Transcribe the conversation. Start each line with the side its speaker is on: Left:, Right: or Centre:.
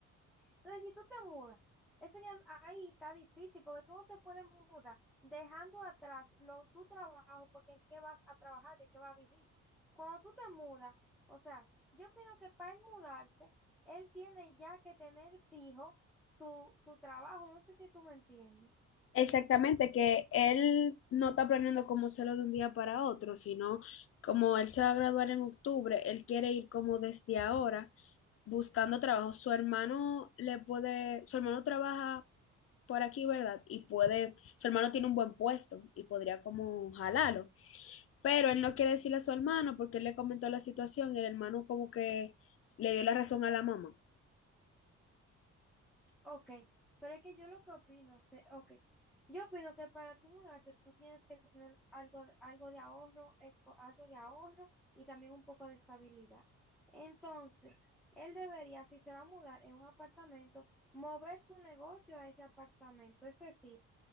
Centre: Entonces, si tú te mudas, eso ya ahí está difícil porque tú no te puedes mudar dejando atrás lo, tu trabajo porque en qué vas a trabajar, de qué vas a vivir. Cuando tú te mudas, o sea, yo opino que para él mudarse, él tiene ya que tener fijo su, su trabajo. No sé si tú me entiendes.
Left: Exactamente, que él no está planeando como hacerlo de un día para otro, sino como él se va a graduar en octubre, él quiere ir como desde ahora buscando trabajo. Su hermano le puede, su hermano trabaja por aquí, ¿verdad? Y puede, su hermano tiene un buen puesto y podría como jalarlo. Pero él no quiere decirle a su hermano porque él le comentó la situación y el hermano como que le dio la razón a la mamá.
Centre: Ok, pero es que yo lo que opino, sé, ok, yo opino que para tú mudarte tú tienes que tener algo, de- algo de ahorro, eco- algo de ahorro y también un poco de estabilidad. Entonces, él debería, si se va a mudar en un apartamento, mover su negocio a ese apartamento. Es decir,